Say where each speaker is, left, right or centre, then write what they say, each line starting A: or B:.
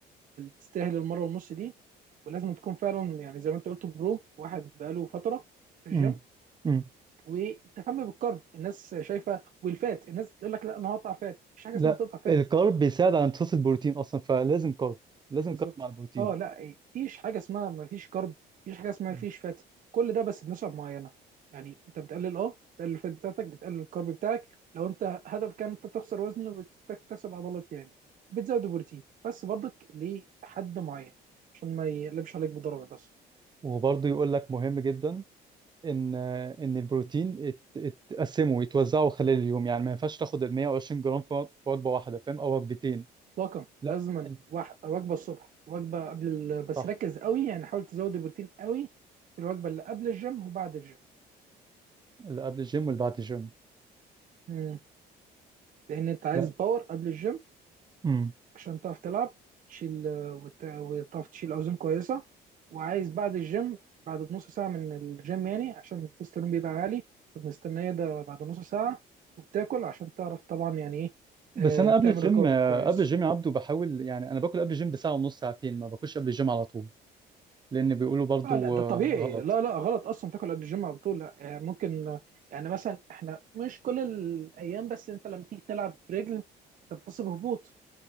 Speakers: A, on the right; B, on the right.
A: تستاهل المره ونص دي ولازم تكون فعلا يعني زي ما انت قلت برو واحد بقاله فتره في الجيم
B: مم. مم.
A: وتهتم بالكارب الناس شايفه والفات الناس تقول لك لا انا هقطع فات مفيش حاجه
B: لا
A: اسمها تقطع فات
B: الكارب بيساعد على امتصاص البروتين اصلا فلازم كارب لازم
A: بالظبط
B: كارب مع البروتين
A: اه لا مفيش حاجه اسمها مفيش كرب مفيش حاجه اسمها
B: مم.
A: مفيش فات كل ده بس بنسب معينه يعني انت بتقلل اه بتقلل الفات بتاعتك بتقلل الكرب بتاعك لو انت هدفك كان انت تخسر وزن وتكتسب عضلات يعني بتزود البروتين بس برضك لحد معين عشان ما يقلبش عليك بضرر بس
B: وبرضه يقول لك مهم جدا ان ان البروتين ات- اتقسموا يتوزعوا خلال اليوم يعني ما ينفعش تاخد ال 120 جرام في في وجبه واحده فاهم او وجبتين
A: اطلاقا
B: لا
A: لازما
B: انت
A: واحد وجبه الصبح وجبه قبل ال... بس
B: صح
A: ركز قوي يعني حاول تزود البروتين قوي في الوجبه اللي قبل الجيم وبعد الجيم
B: اللي قبل الجيم واللي بعد الجيم
A: مم. لان انت عايز
B: لا
A: باور قبل الجيم
B: امم
A: عشان تعرف تلعب تشيل آه، وت- وتعرف تشيل اوزان كويسه وعايز بعد الجيم بعد نص ساعه من الجيم يعني عشان التستيرون بيبقى عالي فبنستناه ده بعد نص ساعه وبتاكل عشان تعرف طبعا يعني ايه
B: بس
A: آه،
B: انا
A: تعمل
B: قبل الجيم
A: ريكفري كويس
B: قبل الجيم يا عبدو بحاول يعني انا باكل قبل الجيم بساعه ونص ساعتين ما باكلش قبل الجيم على طول لان بيقولوا برضو
A: آه لا ده
B: آه،
A: طبيعي
B: غلط
A: لا لا غلط اصلا تاكل قبل الجيم على طول لا آه، ممكن آه، يعني مثلا احنا مش كل الايام بس انت لما تيجي تلعب رجل انت بتحس بهبوط